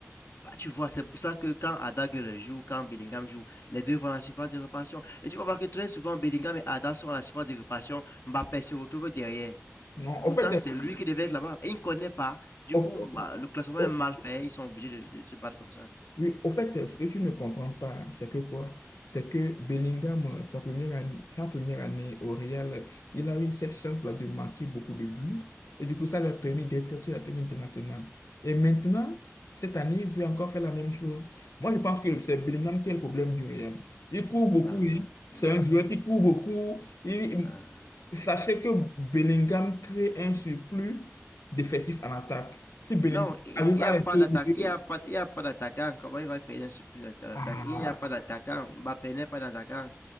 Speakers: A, on the left; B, on the left.
A: Bah, tu vois, c'est pour ça que quand Ada le joue, quand Bellingham joue, les deux vont à la surface de réparation. Et tu vas voir que très souvent, Bellingham et Ada sont à la surface de réparation. Mbappé se retrouve derrière.
B: Non,
A: Pourtant,
B: au fait,
A: c'est lui qui devait être là-bas. Et il ne connaît pas. Du
B: au,
A: coup, bah, le classement
B: au-
A: est mal fait. Ils sont obligés de, de se battre comme ça.
B: oui, au fait, ce que tu ne comprends pas, c'est que quoi? C'est que Bellingham, sa première année, sa première année au Real, il a eu cette chance-là de marquer beaucoup de buts. Et du coup, ça lui a permis d'être sur la scène internationale. Et maintenant, cette année, il veut encore faire la même chose. Moi, je pense que c'est Bellingham qui est le problème du Real. Il court beaucoup,
A: Non,
B: hein.
A: non,
B: C'est
A: non,
B: un joueur
A: non,
B: qui court beaucoup. Il,
A: non.
B: Sachez que Bellingham crée un surplus d'effectifs en attaque. Si Bellingham
A: Non, il
B: arrive
A: n'y a
B: à
A: pas
B: rester
A: d'attaque.
B: au milieu,
A: Il n'y a pas, il y a pas d'attaquant. Comment il va créer un surplus à l'attaque?
B: ah,
A: Il n'y a pas d'attaquant. Mbappé n'est pas d'attaquant.